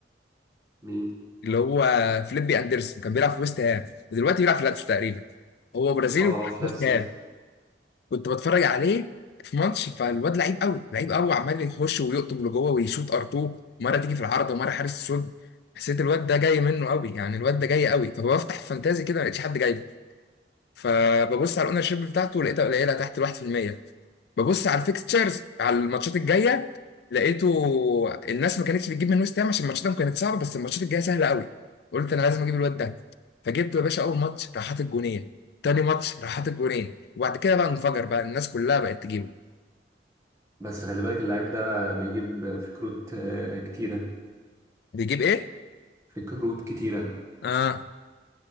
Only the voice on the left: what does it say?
اللي هو فليبي اندرسون كان بيلعب في ويست هام دلوقتي بيلعب في لاتس تقريبا هو برازيلي
وبيلعب
في ويست هام كنت بتفرج عليه في ماتش فالواد لعيب قوي لعيب قوي عمال يخش ويقطم لجوه ويشوط ار2 مره تيجي في العارضه ومره حارس السود حسيت الواد ده جاي منه قوي يعني الواد ده جاي قوي فبفتح فانتازي كده ما لقيتش حد جاي فببص على الاونر شيب بتاعته لقيتها قليله تحت ال 1% ببص على الفيكستشرز على الماتشات الجايه لقيته الناس ما كانتش بتجيب من ويست هام عشان ماتشاتهم كانت صعبه بس الماتشات الجايه سهله قوي قلت انا لازم اجيب الواد ده فجبته يا باشا اول ماتش راح حاطط جونين تاني ماتش راح حاطط جونين وبعد كده بقى انفجر بقى الناس كلها بقت تجيبه
بيجيب ايه؟
اه